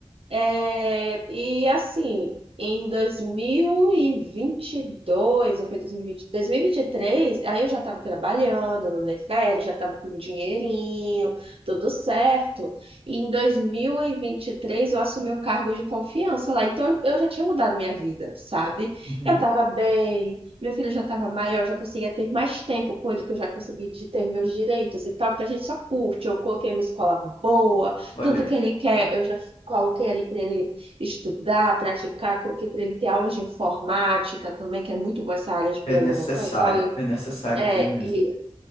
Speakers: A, on the right; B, on the left.
A: É, e assim, em dois mil e e vinte e dois ou foi dois dois mil mil vinte dois mil e vinte e três aí eu já estava trabalhando no Nefer, já estava com um dinheirinho, tudo certo. E em dois mil e e vinte e três eu assumi um cargo de confiança lá, então eu já tinha mudado minha vida, sabe?
B: uhum.
A: Eu estava bem, meu filho já estava maior, já conseguia ter mais tempo com ele, que eu já consegui de ter meus direitos e tal, porque a gente só curte, eu coloquei uma escola boa,
B: Olha
A: tudo
B: aí.
A: que ele quer, eu já qual que é ali para ele estudar, praticar, qual que é para ele ter aulas de informática também, que é muito boa essa área de programação
B: É necessário,
A: e tal. Eu,
B: é necessário
A: é,
B: ter mesmo.
A: e